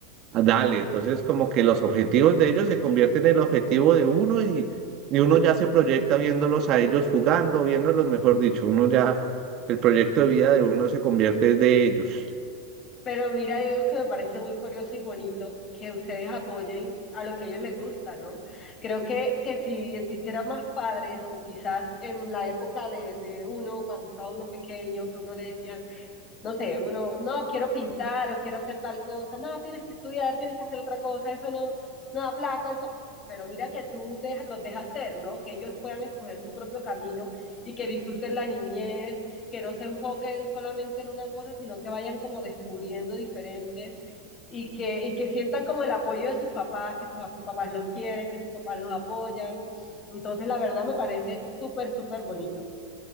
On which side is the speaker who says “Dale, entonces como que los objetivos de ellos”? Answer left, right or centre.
Right